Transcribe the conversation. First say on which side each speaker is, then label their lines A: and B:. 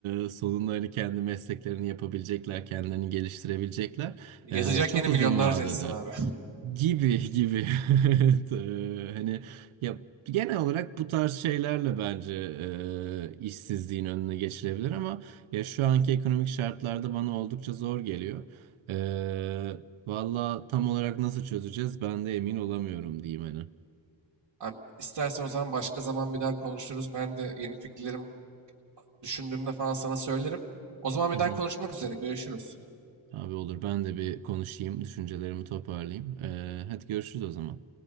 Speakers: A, on the right; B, on the right.
A: e, sonunda hani kendi mesleklerini yapabilecekler, kendilerini geliştirebilecekler.
B: Yazacak
A: E, çok
B: yeni milyonlarca
A: uzun vadede
B: insan abi.
A: gibi gibi <laughs> Evet, eee, hani ya genel olarak bu tarz
B: <laughs>
A: şeylerle bence eee, işsizliğin önüne geçilebilir ama ya şu anki ekonomik şartlarda bana oldukça zor geliyor. Ee, valla tam olarak nasıl çözeceğiz ben de emin olamıyorum diyeyim hani.
B: Abi, istersen o zaman başka zaman bir daha konuşuruz. Ben de yeni fikirlerim düşündüğümde falan sana söylerim. O zaman bir
A: Hı
B: daha
A: hı.
B: konuşmak üzere. Görüşürüz.
A: Abi olur ben de bir konuşayım, düşüncelerimi toparlayayım. Ee, hadi görüşürüz o zaman.